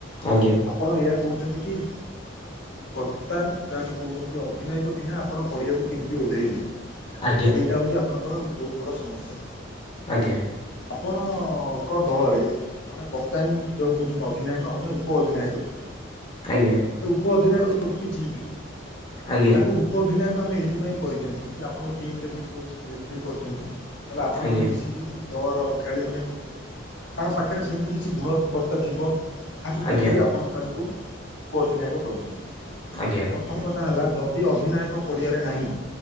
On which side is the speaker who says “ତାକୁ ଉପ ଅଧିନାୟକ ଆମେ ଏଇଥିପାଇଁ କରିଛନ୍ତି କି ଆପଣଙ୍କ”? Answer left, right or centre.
Left